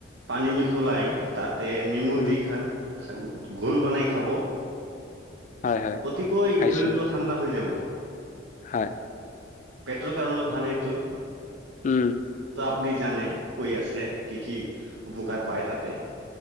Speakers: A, on the right; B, on the left.
A: পানী মিখলাই তাত তে নেমু
B: উম
A: দি খান ঘোল বনাই খাব।
B: হয় হয়
A: অতিকৈ
B: খাইছিলো
A: শৰীৰটো ঠাণ্ডা হৈ যাব।
B: হয়,
A: পেটৰ কাৰণেও ভাল এইটো।
B: উম,
A: আপুনি জানে কৈ আছে কি কি উপকাৰ পায় তাতে।